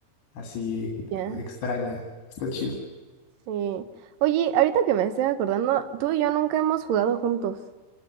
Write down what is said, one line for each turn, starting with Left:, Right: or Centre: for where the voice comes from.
Left: así
Right: Ya,
Left: extraña. Está chido.
Right: sí. Oye, ahorita que me estoy acordando, tú y yo nunca hemos jugado juntos.